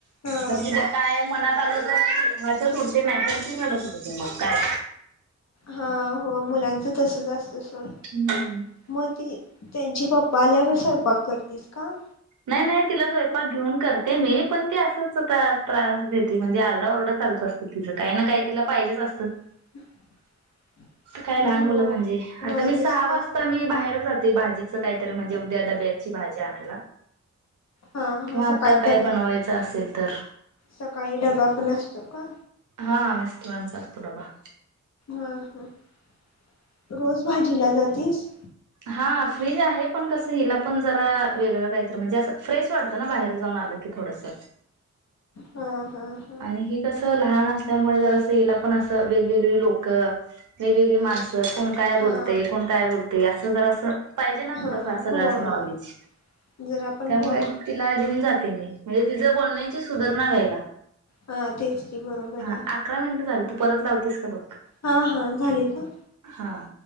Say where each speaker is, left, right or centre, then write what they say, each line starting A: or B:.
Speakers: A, on the left (about 60°); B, on the right (about 85°).
A: हा
B: जर तिज्या
A: हा
B: काय मनात चालं तर ती हसत उठते, नाहीतर ती रडत उठते मग काय
A: हा. हो मुलांचं तसंच असतयं सोडं
B: हम्म
A: म ती त्यांचे पप्पा आल्यावर स्वयंपाक करतीस का?
B: नाही नाही तिला स्वयंपाक घेऊन करते मी पण ती असंच आता त्रास देती म्हणजे आरडा ओरडा चालुच असतयं तिज काय ना काय तिला पाहिजेच असतं.
A: <inaudible>
B: काय लहान
A: हो
B: मुलं म्हणजे
A: होय
B: आता मी
A: तसच
B: सहा वाजता
A: असत
B: मी बाहेर जाते भाजी असं काहीतरी म्हणजे उद्या डब्याची भाजी आणायला.
A: हा
B: किंवा
A: हा
B: आता
A: सकाळी
B: काय
A: डबा
B: बनवायच असेल तर
A: सकाळी डबा पण असतो का
B: हा मिस्टरांचं. तो डबा
A: हा ह रोज भाजीला जातीस?
B: हा फ्रीज आहे पण कसं हिला पण जरा वेगळं काहीतर म्हणजे अस फ्रेश वाटतं ना बाहेर जाऊन आलं की थोडस.
A: हा. हा हा
B: आणि हे कसं ल लहान असल्यामुळे जरास अस पण अस वेगवेगळी लोक वेगवेगळी माण कोण काय बोलतय
A: हा
B: कोण काय बोलत ते असं जरासं पाहिजे ना थोडं
A: हा
B: फार सगळं
A: होय
B: असं नॉलेज
A: जर आपण
B: त्यामुळे
A: बोल
B: तिला घेऊन जाते मी. म्हणजे तिज बोलण्याची सुधारणा व्हायला.
A: हा तेच की बरोबर
B: हा
A: आहे.
B: अकरा मिनिटं झाली तू परत लावतेस का बघ.
A: हा हा झाले का?
B: हां.